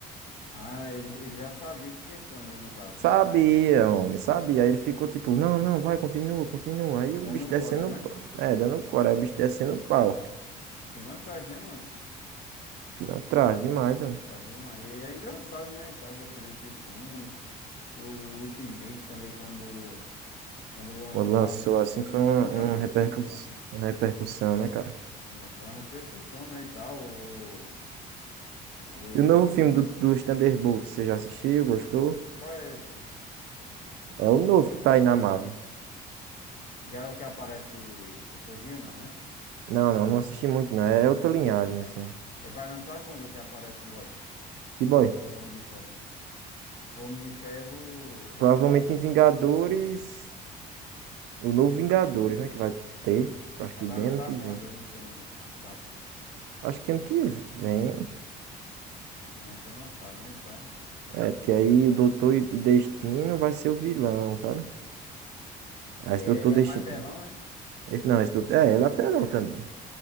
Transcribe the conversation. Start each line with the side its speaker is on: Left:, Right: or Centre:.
Left: Ah, ele, ele já sabia que tinha câmera, no caso.
Right: Sabia, homem, sabia. Aí ele ficou tipo, não, não, vai, continua, continua. Aí
Left: Dando
Right: o bicho descendo
Left: corda, né?
Right: o pau. É, dando o coro, aí o bicho descendo o pau.
Left: Pilantragem, né, mano?
Right: Pilantragem demais, mano.
Left: Faz demais. E é engraçado, né? Então, eu gostei desse filme. O Ultimate também, quando, quando lançou
Right: Quando lançou
Left: assim.
Right: assim, foi uma,
Left: Eu nunca
Right: uma
Left: assisti,
Right: repercussão,
Left: meu mano.
Right: uma
Left: Não
Right: repercussão,
Left: sei.
Right: né, cara?
Left: É, Foi uma repercussão, né? E tal. O, o...
Right: E o novo filme do, dos Thunderbolts, você já assistiu? Gostou?
Left: Qual é esse?
Right: É o novo que tá aí na Marvel.
Left: Já é o que aparece o coisinha, não, né?
Right: Não, não, não assisti muito, não. É outra linhagem, assim.
Left: Ele vai lançar quando o que aparece o boy?
Right: Que boy.
Left: O Homem de Ferro. O Homem de Ferro. O...
Right: Provavelmente
Left: au-
Right: em Vingadores. O novo Vingadores, né? Que vai ter. que Eu acho
Left: Aí
Right: que
Left: vai
Right: bem
Left: lançar
Right: ano que vem.
Left: quando? Não tem data.
Right: Acho que ano que vem.
Left: Já começa a lançar, né? E tal.
Right: É, porque aí o Doutor e e Destino vai ser o vilão, sabe? Ah,
Left: É,
Right: Esse Doutor
Left: é
Right: Destino.
Left: o mais pelão, né?
Right: esse- Não, esse Doutor. É, ele é apelão também.